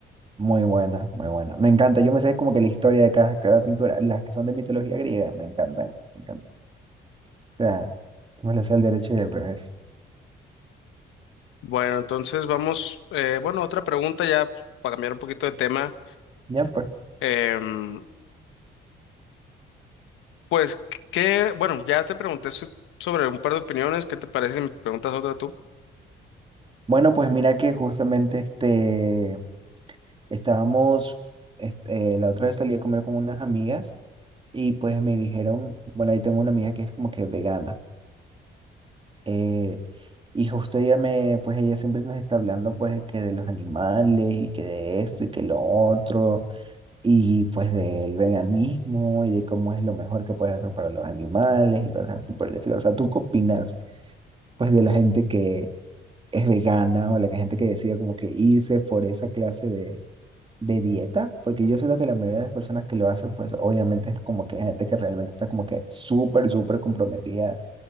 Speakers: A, on the right (about 25°); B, on the left (about 85°).
A: Muy buena, muy buena. Me encanta. Yo me sé como que la historia de cada, cada pintura, las que son de mitología griega, me encantan. Me encantan. O sea, yo me las sé al derecho y al revés.
B: Bueno, entonces vamos, eh, bueno, otra pregunta ya para cambiar un poquito de tema.
A: Ya, pues.
B: Em, pues, ¿qué? Bueno, ya te pregunté so- sobre un par de opiniones. ¿Qué te parece si me preguntas otra tú?
A: Bueno, pues mira que justamente este, estábamos, este, eh, la otra vez salí a comer con unas amigas y pues me dijeron, bueno, ahí tengo una amiga que es como que vegana. eh, y justo ella me, pues ella siempre nos está hablando pues que de los animales y que de esto y que lo otro. y pues del veganismo y de cómo es lo mejor que puedes hacer para los animales y cosas así por el estilo. O sea, ¿tú qué opinas pues de la gente que es vegana o la que- gente que decide como que irse por esa clase de, de dieta? Porque yo siento que la mayoría de las personas que lo hacen pues obviamente es como que gente que realmente está como que súper, súper comprometida